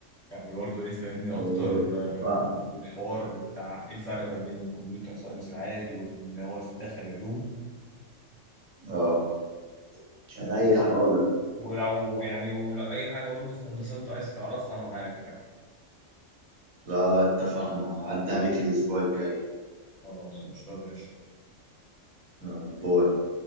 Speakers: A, on the left; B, on the right.
A: يعني برضه ايه تفهمني اكتر
B: هو
A: آه
B: صح.
A: بال- بالحوار بتاع ايه الفرق ما بين الكمبيوتر ساينس العادي واللي هو في داخل علوم
B: اه عينيا حاضر
A: ولو يعني ولو أي حاجة برضه في هندسة أنت عايز تعرفها أنا معاك يعني
B: لا لا اتفقنا عدى عليك الأسبوع الجاي
A: خلاص قشطة يا باشا
B: يلا باي